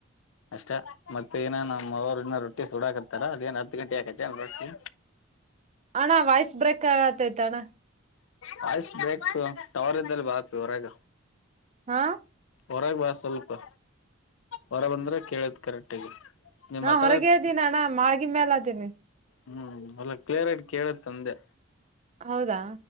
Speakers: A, on the left (about 80°); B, on the right (about 35°).
A: ಅಷ್ಟ ಮತ್ತೆ ಏನ ನ್ ಅವರು ಇನ್ನ ರೊಟ್ಟಿ ಸುಡಾಕತ್ತಾರ ಅದೇನ್ ಹತ್ತು ಗಂಟೆ ಆಕೈತೇ ರೊಟ್ಟಿ
B: ಅಣ್ಣ ವಾಯ್ಸ್ ಬ್ರೇಕ್ ಆಗತೈತ ಅಣ
A: ಕಾಯಿಸಬೇಕು ಟವರ್ ಇದ್ದಲ್ಲಿ ಬಾಪ್ಪಿ ಹೊರಗ.
B: ಹಾ
A: ಹೊರಗೆ ಬಾ ಸ್ವಲ್ಪ ಹೊರ ಬಂದ್ರೆ ಕೇಳತ್ ಕರೆಕ್ಟಗಿ. ನೀ
B: ನಾ
A: ಮಾತಾಡಕ್
B: ಹೊರಗೆ ಇದ್ದೀನ ಅಣ್ಣ ಮಾಲ್ಗಿ ಮೈಲ್ ಇದೀನಿ.
A: ಹ್ಮ್ ಎಲ್ಲ ಕ್ಲಿಯರ್ಟ್ ಕೇಳತ್ ಅಂದೆ.
B: ಹೌದಾ